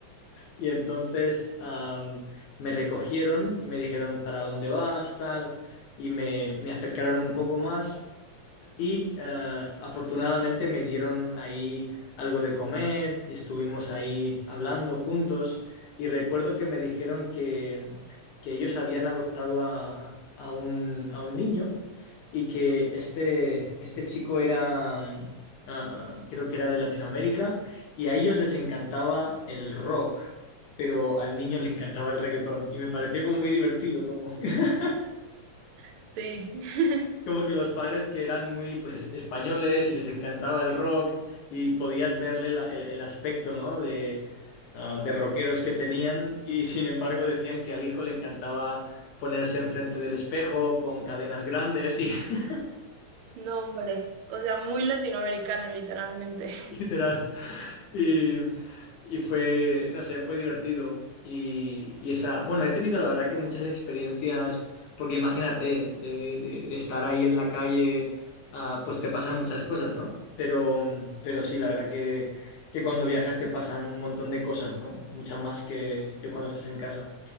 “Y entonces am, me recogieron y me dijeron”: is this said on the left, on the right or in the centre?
Left